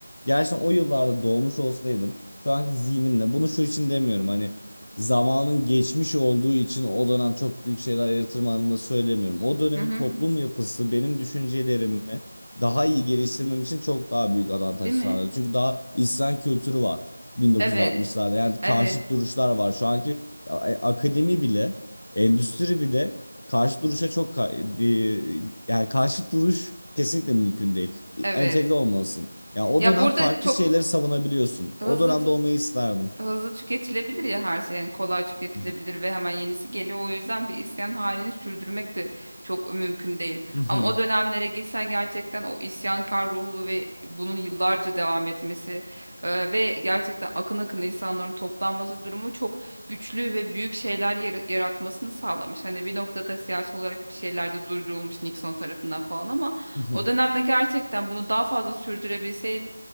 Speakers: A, on the left; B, on the right.
A: gerçekten o yıllarda doğmuş olsaydım şu anki zihnimle bunu şu için demiyorum hani zamanın geçmiş olduğu için o dönem çok büyük şeyler yaratırım anlamında söylemiyorum. O dönemin
B: Hı hı.
A: toplum yapısı benim düşüncelerimi daha iyi geliştirmem için çok daha büyük avantaj
B: Değil
A: sağladı.
B: mi?
A: Çünkü daha isyan kültürü var. 1960'larda.
B: Evet,
A: Yani
B: evet,
A: karşıt duruşlar var. Şu anki a- akademi bile, endüstri bile karşı duruşa çok ka- e, e, yani karşı duruş kesinlikle mümkün değil. E,
B: evet.
A: Entegre olmalısın. yani o
B: Ya
A: dönem
B: burada
A: farklı
B: çok
A: şeyleri savunabiliyorsun.
B: hızlı
A: O dönemde olmayı isterdim.
B: hızlı tüketilebilir ya her şey yani kolay tüketilebilir
A: Hı hı.
B: ve hemen yenisi geliyor. O yüzden bir isyan halini sürdürmek de çok mümkün değil.
A: Hı hı.
B: Ama o dönemlere gitsen gerçekten o isyankar ruhlu ve bunun yıllarca devam etmesi e, ve gerçekten akın akın insanların toplanması durumu çok güçlü ve büyük şeyler yara- yaratmasını sağlamış. Hani bir noktada siyasi olarak bir şeyler de durdurulmuş Nixon tarafından falan ama
A: Hı hı.
B: o dönemde gerçekten bunu daha fazla sürdürebilseydi